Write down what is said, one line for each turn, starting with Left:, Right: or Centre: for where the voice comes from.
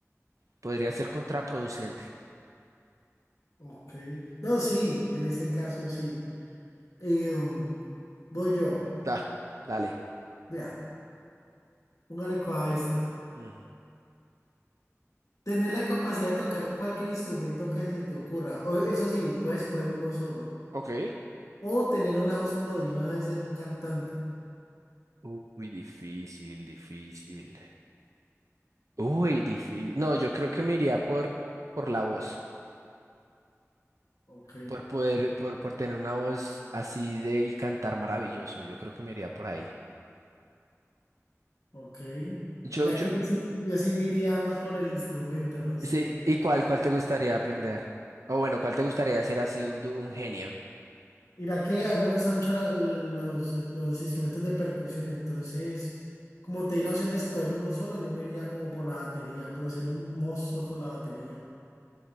Right: Podría ser contraproducente.
Left: Ok. No, sí, en ese caso sí. Eh, um, voy yo.
Right: Da, dale.
Left: Vea, póngale cuidado a esta.
Right: Ujú.
Left: Tener la capacidad de tocar cualquier instrumento que se te ocurra. O, eso sí, puedes escoger uno solo.
Right: Ok.
Left: O tener una voz prodigiosa de ser un cantante.
Right: Uy, difícil, difícil. Uy, difícil. No, yo creo que me iría por, por la voz,
Left: Ok,
Right: por poder, por, por tener una voz así de y cantar maravilloso. Yo creo que me iría por ahí.
Left: ok.
Right: Yo,
Left: Mira
Right: yo,
Left: que yo sí, yo sí me iría más por el instrumento, no sé.
Right: Sí, ¿y cuál, cuál te gustaría aprender? O bueno, ¿cuál te gustaría ser así un, du- un genio?
Left: Mira que a mí me gustan mucho la- los, los instrumentos de percusión, entonces, como te di la opción de escoger uno solo, yo me iría como por la batería, por ser un monstruo con la batería.